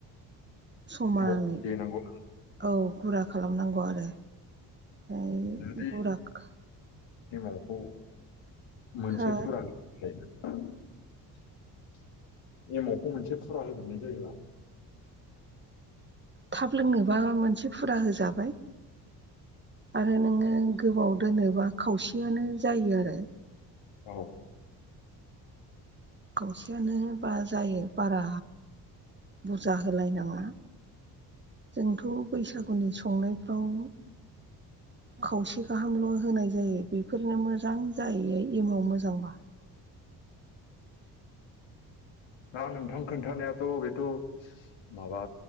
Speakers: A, on the right; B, on the left.
A: समानै
B: थ दे नंगौ
A: औ गुरा खालामनांगौ आरो। ओमफ्राय
B: जुदि
A: गाराख
B: एमावखौ मोनसे
A: हो
B: फुरा ना <unintelligible> एमावखौ मोनसे फुरा होजोबनाय जायोबा
A: थाब लोंनोबा मोनसे फुरा होजाबाय आरो नोङो गोबाव दोनोबा खावसेयानो जायो आरो।
B: औ
A: खौवसेयानो बा जायो बारा बुरजा होलायनाङा। जोंथ' बैसागुनि संनायफ्राव
B: <inaudible>
A: खावसे गाहामल' होनाय जायो बेफोरनो मोजां जाहैयो एमाव मोजांबा।
B: <inaudible> दा नोंथां खोन्थानायाथ' बेथ' माबा